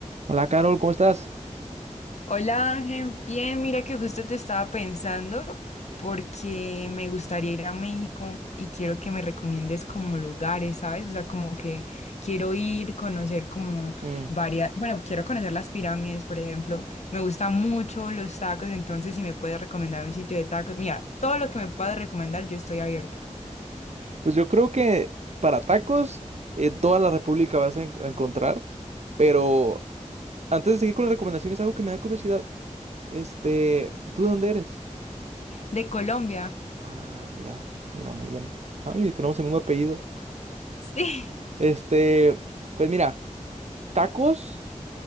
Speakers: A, on the right (about 60°); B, on the left (about 60°).
A: Hola, Carol, ¿cómo estás?
B: Hola Ángel, bien, mira que justo te estaba pensando porque me gustaría ir a México y quiero que me recomiendes como lugares, ¿sabes? O sea, como que quiero ir, conocer como
A: Mm,
B: varias, bueno, quiero conocer las pirámides, por ejemplo. Me gustan mucho los tacos, entonces si me puedes recomendar un sitio de tacos, mira, todo lo que me puedas recomendar, yo estoy abierta.
A: Pues yo creo que para tacos en toda la República vas a, en- a encontrar, pero antes de seguir con las recomendaciones, algo que me da curiosidad. Este, ¿tú de dónde eres?
B: De Colombia. <laughs>
A: Ah, mira, mira, muy bien. Ay, tenemos el mismo apellido.
B: Sí.
A: Este, pues mira, tacos.